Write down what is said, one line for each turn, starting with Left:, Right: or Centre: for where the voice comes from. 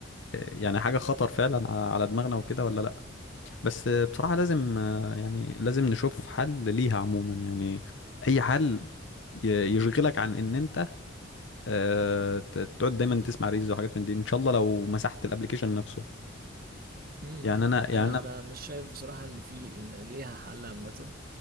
Left: يعني حاجه خطر فعلا ع- على دماغنا وكده ولا لا بس بصراحه لازم يعني لازم نشوف حل ليها عموما يعني اي حل ي- يشغلك عن ان انت آه، ت- تقعد دايما تسمع ريلز وحاجات من دي ان شاء الله لو مسحت الابليكيشن نفسه
Right: امم
Left: يعني انا يعني
Right: انا
Left: انا
Right: انا مش شايف بصراحه ان في إن ليها حل عامه